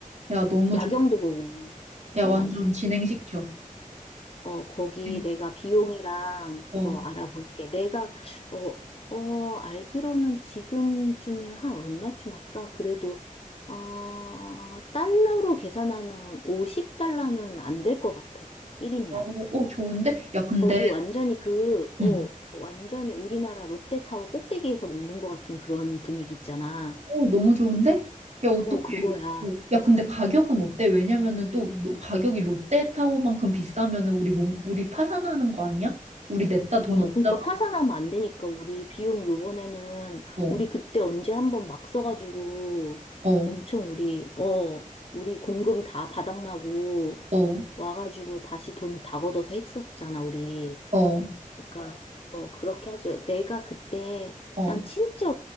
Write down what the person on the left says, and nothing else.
야경도
보고,
어,
어, 거기
내가 비용이랑 그거
알아볼게. 내가, 어, 어, 알기로는 지금쯤이면 한 얼마쯤 할까? 그래도, 어, 달러로 계산하는 50달러는 안 될 것 같아. 1인당.
거기 완전히 그, 어,
완전히 우리나라 롯데타워 꼭대기에서 먹는 것 같은 그런 분위기 있잖아.
어, 그거야.
어,
그러니까 파산하면 안 되니까 우리 비용 요번에는
우리 그때 언제 한번 막 써가지고
엄청 우리, 어, 우리 공금 다 바닥나고
와가지고 다시 돈 다 걷어서 했었잖아, 우리.
그러니까, 어, 그렇게 하죠. 내가 그때
난 진짜